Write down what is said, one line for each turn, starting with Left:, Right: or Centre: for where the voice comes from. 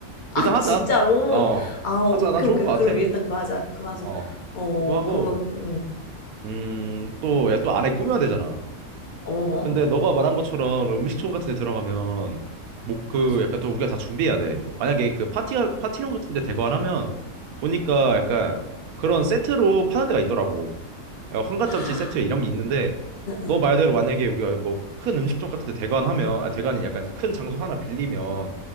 Left: 아,
Right: 일단 하자.
Left: 진짜로?
Right: 어,
Left: 아, 오케이,
Right: 하자. 난 좋은
Left: 오케이.
Right: 거 같아.
Left: 그럼 일단 그거 하자. 그거 하자.
Right: 어,
Left: 어,
Right: 그거 하고,
Left: 그러면, 음,
Right: 음, 또, 야, 또 안에 꾸며야 되잖아.
Left: 어,
Right: 근데 너가 말한 것처럼 그 음식점 같은 데 들어가면, 뭐, 그,
Left: 맞아.
Right: 약간 또 우리가 다 준비해야 돼. 만약에 그 파티가, 파티룸 같은 데 대관 하면, 보니까 약간 그런 세트로 파는 데가 있더라고. 야 환가짬치
Left: 아,
Right: 세트에 이런 게 있는데
Left: 응, 응.
Right: 너 말대로 만약에 우리가 뭐 큰 음식점 같은 데 대관하면 아 대관이 약간 큰 장소 하나 빌리면